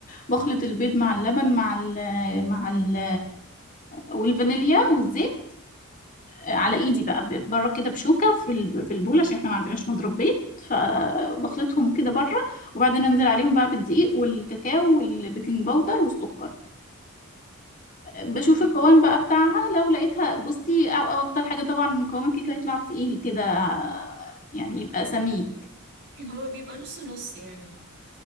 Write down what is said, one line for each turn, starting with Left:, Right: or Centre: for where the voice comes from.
Left: بخلط البيض مع اللبن مع ال مع ال والفانيليا والزيت آه، على ايدي بقى ب- بره كده بشوكة في ال- في البول عشان احنا ما عندناش مضرب بيض فبخلطهم كده بره وبعدين انزل عليهم بقى بالدقيق والكاكاو والبيكنج باودر والسكر بشوف
Right: أيوة.
Left: القوام بقى بتاعها لو لقيتها بصي او او افضل حاجة طبعا قوام الكيكة يطلع تقيل كده آه، يعني يبقى سميك
Right: هو بيبقى نص نص يعني